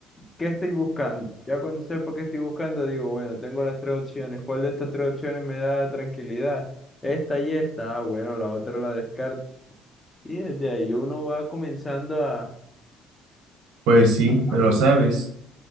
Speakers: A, on the left; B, on the right.
A: qué estoy buscando. Ya cuando sepa qué estoy buscando, digo, bueno, tengo las tres opciones. ¿Cuál de estas tres opciones me da tranquilidad? Esta y esta. Ah, bueno, la otra la descarto. Y desde ahí uno va comenzando a,
B: Pues sí,
A: a
B: pero
A: pulir.
B: sabes,